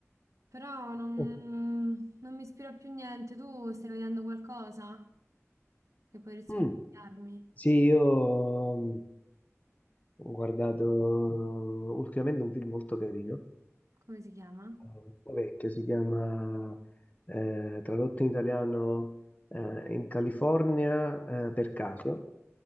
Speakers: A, on the right; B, on the left.
A: però non,
B: Eh,
A: non mi ispira più niente. Tu stai vedendo qualcosa che potresti
B: mm.
A: consigliarmi?
B: Sì, io mm, ho guardato ultimamente un film molto carino,
A: Come si chiama?
B: eh, un po' vecchio, si chiama, eh, tradotto in italiano, eh, In California, eh, per caso,